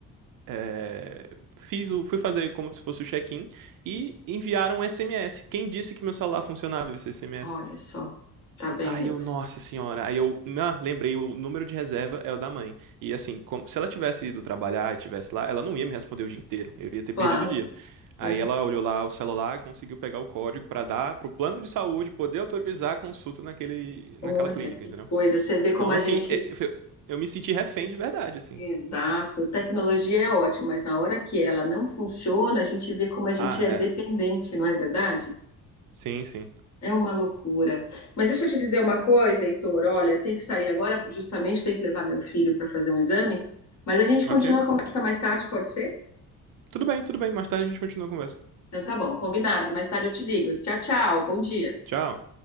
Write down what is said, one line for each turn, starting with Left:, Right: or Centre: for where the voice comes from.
Right: é, fiz o, fui fazer como se fosse o check-in e enviaram um SMS. Quem disse que meu celular funcionava esse SMS?
Left: Olha só, tá vendo?
Right: Aí eu, nossa senhora, aí eu, ah, lembrei, o número de reserva é o da mãe. E assim, como- se ela tivesse ido trabalhar e tivesse lá, ela não ia me responder o dia inteiro, eu ia ter
Left: Claro.
Right: perdido o dia. Aí
Left: né?
Right: ela olhou lá o celular e conseguiu pegar o código pra dar pro plano de saúde poder autorizar a consulta naquele,
Left: Olha,
Right: naquela clínica,
Left: que
Right: entendeu?
Left: coisa. Você vê como
Right: Então,
Left: a
Right: assim,
Left: gente.
Right: é- é- foi- eu me senti refém de verdade, assim.
Left: Exato. Tecnologia é ótimo, mas na hora que ela não funciona, a gente vê como a gente
Right: Ah,
Left: é
Right: é.
Left: dependente, não é verdade?
Right: Sim, sim.
Left: É uma loucura. Mas deixa eu te dizer uma coisa, Heitor. Olha, tem que sair agora, justamente tem que levar meu filho para fazer um exame. Mas a gente continua
Right: Ok.
Left: a conversa mais tarde, pode ser?
Right: Tudo bem, tudo bem. Mais tarde a gente continua a conversa.
Left: Então tá bom, combinado. Mais tarde eu te ligo. Tchau, tchau. Bom dia.
Right: Tchau.